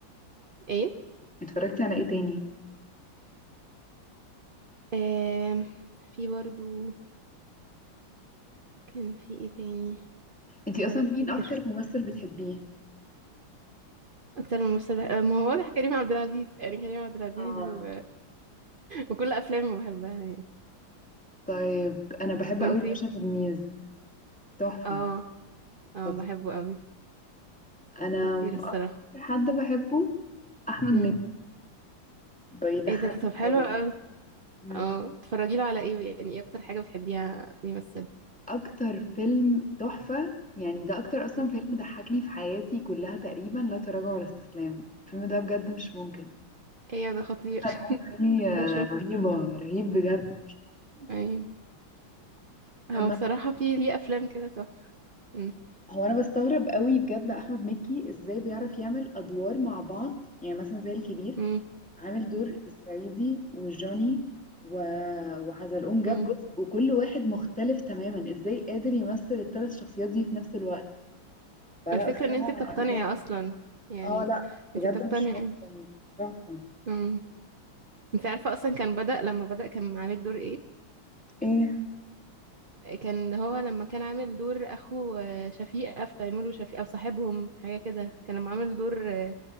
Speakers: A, on the right; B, in the centre.
A: ايه
B: اتفرجتي على ايه تاني
A: آه، في برضه كان في ايه تاني
B: انتي
A: بحاول
B: اصلا
A: افتكر
B: مين اكتر ممثل بتحبيه
A: اكتر من ممثل بح... ما هو واضح كريم عبد العزيز يعني كريم عبد العزيز
B: اه
A: و... وكل افلامه بحبها يعني
B: طيب انا بحب
A: وانتي
B: قوي باشا تلميذ تحفة
A: اه اه
B: طب
A: بحبه قوي
B: انا
A: خطير الصراحه
B: اكتر حد بحبه احمد
A: امم
B: مكي بيضحكني
A: ايه ده طب حلو
B: قوي
A: قوي
B: مم.
A: اه تتفرجي له على ايه يعني ايه اكتر حاجه بتحبيها بيمثل
B: اكتر فيلم تحفة يعني ده اكتر اصلا
A: مم.
B: فيلم ضحكني في حياتي كلها تقريبا لا تراجع ولا استسلام الفيلم ده بجد مش ممكن
A: ايوه ده خطير
B: حتى
A: <laughs>
B: الأغنية دي آه،
A: انا شفت
B: رهيبة رهيب بجد
A: ايوه هو
B: عامة
A: بصراحه في ليه افلام كده تحفه امم
B: هو انا بستغرب قوي بجد احمد مكي ازاي بيعرف يعمل ادوار مع بعض يعني مثلا زي الكبير
A: امم
B: عامل دور الصعيدي وجوني و... وحزلقوم جاب
A: امم
B: جزء وكل واحد مختلف تماما ازاي قادر يمثل الثلاث شخصيات دي في نفس الوقت فلا
A: الفكره
B: بصراحة
A: ان انت بتقتنعي
B: جامد
A: اصلا يعني
B: اه لا
A: انت
B: بجد
A: بتقتنعي
B: مش ممكن تحفة
A: مم. انت عارفة اصلا كان بدأ لما بدأ كان عامل دور ايه
B: ايه
A: كان هو لما كان عامل دور اخو آه، شفيقة في تيمور وشفيقة او صاحبهم حاجة كده كان لما عامل دور آه،